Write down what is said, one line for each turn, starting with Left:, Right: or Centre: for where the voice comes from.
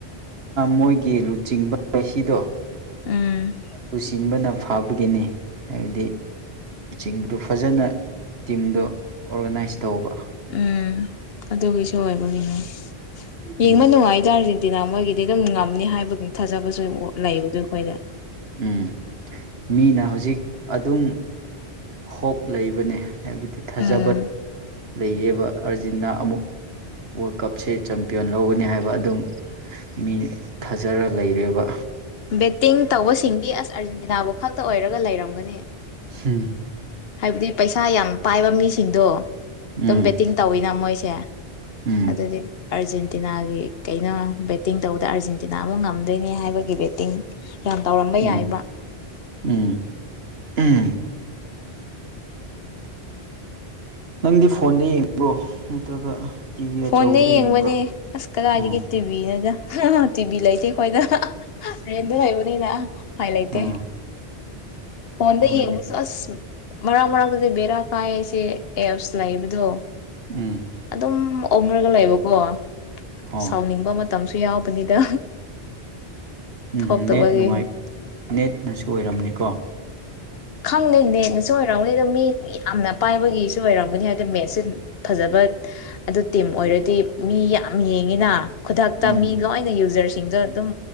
Right: ꯃꯣꯏꯒꯤ ꯂꯨꯆꯤꯡꯕ ꯃꯦꯁꯤꯗꯣ
Left: ꯎꯝ
Right: ꯂꯨꯆꯤꯡꯕꯅ ꯐꯥꯕꯒꯤꯅꯤ ꯍꯥꯏꯕꯗꯤ ꯂꯨꯆꯤꯡꯕꯗꯨ ꯐꯖꯅ ꯇꯤꯝꯗꯣ ꯑꯣꯔꯒꯅꯥꯏꯁ ꯇꯧꯕ
Left: ꯎꯝ ꯑꯗꯨꯒꯤꯁꯨ ꯑꯣꯏꯕꯒꯤꯅꯦ
Right: ꯎꯝ
Left: ꯌꯦꯡꯕ ꯅꯨꯡꯉꯥꯏꯗ ꯇꯤꯏ ꯃꯣꯏꯒꯤꯗꯤ ꯑꯗꯨꯝ ꯉꯝꯅꯤ ꯍꯥꯏꯕꯒꯤ ꯊꯥꯖꯕꯁꯨ ꯂꯩꯗ ꯑꯩꯈꯣꯏꯗ
Right: ꯎꯝ ꯃꯤꯅ ꯍꯧꯖꯤꯛ ꯑꯗꯨꯝ ꯍꯣꯞ ꯂꯩꯕꯅꯦ ꯍꯥꯏꯕꯗꯤ ꯊꯥꯖꯕ
Left: ꯎꯝ
Right: ꯂꯩꯌꯦꯕ ꯑꯥꯔꯖꯦꯟꯇꯤꯅꯥ ꯑꯃꯨꯛ ꯋꯥꯔꯜ ꯀꯞꯁꯦ ꯆꯦꯝꯄꯤꯌꯟ ꯂꯧꯒꯅꯤ ꯍꯥꯏꯕ ꯑꯗꯨꯝ ꯃꯤ ꯊꯥꯖꯔ ꯂꯩꯔꯦꯕ
Left: ꯕꯦꯠꯇꯤꯡ ꯇꯧꯕꯁꯤꯡꯗꯤ ꯑꯁ ꯑꯥꯔꯖꯦꯟꯇꯤꯅꯥꯕꯨ ꯈꯛꯇ ꯑꯣꯏꯔꯒ ꯂꯩꯔꯝꯒꯅꯤ
Right: ꯍꯨꯝ
Left: ꯍꯥꯏꯕꯗꯤ ꯄꯩꯁꯥ ꯌꯥꯝ ꯄꯥꯏꯕ ꯃꯤꯁꯤꯡꯗꯣ ꯑꯗꯨꯝ
Right: ꯎꯝ
Left: ꯕꯦꯠꯇꯤꯡ ꯇꯧꯋꯤꯅ ꯃꯣꯏꯁꯦ
Right: ꯎꯝ
Left: ꯑꯗꯨꯗꯤ ꯑꯥꯔꯖꯦꯟꯇꯤꯅꯥꯒꯤ ꯀꯩꯅꯣ ꯕꯦꯠꯇꯤꯡ ꯇꯧꯕꯗ ꯑꯥꯔꯖꯦꯟꯇꯤꯅꯥ ꯑꯃꯨꯛ ꯉꯝꯗꯣꯏꯅꯤ ꯍꯥꯏꯕꯒꯤ ꯕꯦꯠꯇꯤꯡ ꯌꯥꯝ ꯇꯧꯔꯝꯕ
Right: ꯎꯝ
Left: ꯌꯥꯏꯕ
Right: ꯎꯝ ꯎꯝ ꯅꯪꯗꯤ ꯐꯣꯟꯗ ꯌꯦꯡꯕ꯭ꯔꯣ ꯅꯠꯇ꯭ꯔꯒ ꯇꯤꯚꯤ ꯑꯆꯧꯕꯗ
Left: ꯐꯣꯟꯗ ꯌꯦꯡꯕꯅꯦ
Right: ꯌꯦꯡꯕ꯭ꯔꯣ
Left: ꯑꯁ ꯀꯗꯥꯏꯗꯒꯤ
Right: ꯑꯣ
Left: ꯇꯤꯚꯤꯅꯤꯗ ꯇꯤꯚꯤ ꯂꯩꯇꯦ ꯑꯩꯈꯣꯏꯗ ꯍꯦꯟꯗ ꯂꯩꯕꯅꯤꯅ ꯂꯩꯕꯅꯣꯅ ꯎꯄꯥꯢ ꯂꯩꯇꯦ
Right: ꯑꯥ
Left: ꯐꯣꯟꯗ
Right: ꯍꯣꯏꯅꯦ
Left: ꯌꯦꯡꯕꯁꯨ ꯑꯁ ꯃꯔꯛ ꯃꯔꯥꯛꯇꯗꯤ ꯕꯦꯔꯥ ꯀꯥꯏ ꯁꯤ ꯑꯦꯞꯁ ꯂꯩꯕꯗꯣ
Right: ꯎꯝ
Left: ꯑꯗꯨꯝ ꯑꯣꯟꯔꯒ ꯂꯩꯕꯀꯣ
Right: ꯑꯣ
Left: ꯁꯥꯎꯅꯤꯡꯕ ꯇꯝꯁꯨ ꯌꯥꯎꯕꯅꯤꯗ
Right: ꯎꯝ
Left: ꯊꯣꯛꯇꯕꯒꯤ
Right: ꯅꯦꯠ ꯅꯨꯡꯉꯥꯏ ꯅꯦꯠꯅꯁꯨ ꯑꯣꯏꯔꯝꯅꯤꯀꯣ
Left: ꯈꯪꯗꯦ ꯅꯦꯠꯅꯁꯨ ꯑꯣꯏꯔꯝꯒꯅꯤ ꯃꯤ ꯌꯥꯝꯅ ꯄꯥꯏꯕꯒꯤꯁꯨ ꯑꯣꯏꯔꯝꯒꯅꯤ ꯍꯥꯏꯗꯤ ꯃꯦꯠꯁꯦ ꯐꯖꯕ ꯑꯗꯨ ꯇꯤꯝ
Right: ꯎꯝ
Left: ꯑꯣꯏꯔꯗꯤ ꯃꯤ ꯌꯥꯝ ꯌꯦꯡꯉꯤꯅ ꯈꯨꯗꯛꯇ
Right: ꯎꯝ
Left: ꯃꯤ ꯂꯣꯏꯅ ꯌꯨꯖꯔꯁ ꯑꯗꯨꯝ